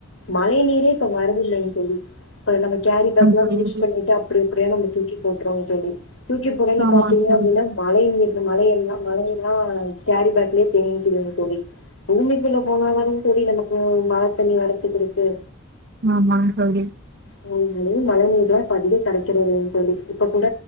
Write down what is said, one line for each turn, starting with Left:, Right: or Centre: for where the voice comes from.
Left: மழை நீரே இப்ப வருதில்லைங்க தோழி இப்ப நம்ம கேரி பேக்ல்லா
Right: தோழி
Left: யூஸ் பண்ணிட்டு அப்டி அப்படியா நம்ம தூக்கி போட்டுறோ தோழி தூக்கிப் போடயில
Right: ஆமாங்
Left: பாத்தீங்க
Right: தோழி
Left: அப்டின்னா மழை நீர் மழையெல்லா மழையெல்லா கேரி பேக்லயே தேங்கிக்கிதுங்க தோலி பூமிக்குள்ள போனா தாங்க தோலி நமக்கு மழ தண்ணி வரதுக்கிருக்கு
Right: ஆமாங் தோழி
Left: <unintelligible> மழை நீர்லா பதிவே கடைக் கெடையாதுங்க தோலி இப்ப கூட